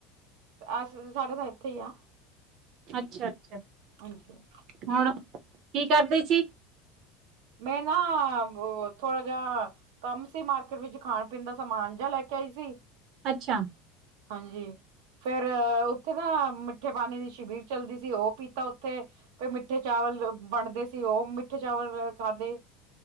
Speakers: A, on the right (about 80°); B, on the right (about 45°).
A: ਅਸੀ ਸਾਡੇ ਤਾਂ ਇੱਥੇ ਈ ਆ।
B: ਅੱਛਾ ਅੱਛਾ
A: ਹਾਂਜੀ
B: ਹੁਣ ਕੀ ਕਰਦੇ ਸੀ।
A: ਮੈਂ ਨਾ ਥੋੜਾ ਜਿਹਾ। ਕੰਮ ਸੀ ਮਾਰਕੀਟ ਵਿੱਚ ਖਾਣ ਪੀਣ ਦਾ ਸਮਾਨ ਜਾ ਲੈ ਕੇ ਆਈ ਸੀ।
B: ਅੱਛਾ।
A: ਹਾਂਜੀ। ਫੇਰ ਉੱਥੇ ਨਾ ਮਿੱਠੇ ਪਾਣੀ ਦੀ ਸ਼ਿਬੀਰ ਚੱਲਦੀ ਸੀ ਉਹ ਪੀਤਾ ਉੱਥੇ। ਤੇ ਮਿੱਠੇ ਚਾਵਲ ਬਣਦੇ ਸੀ ਉਹ ਮਿੱਠੇ ਚਾਵਲ ਖਾਦੇ।